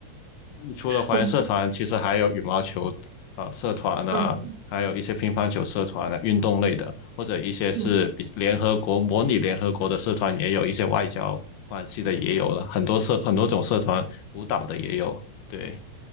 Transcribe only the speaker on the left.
除了华人社团，
其实还有羽毛球啊、呃社团啊，
还有一些乒乓球社团啊，运动类的，或者一些是比联合国模拟联合国的社团也有，
一些外交关系的也有了，很多社很多种社团，舞蹈的也有。对，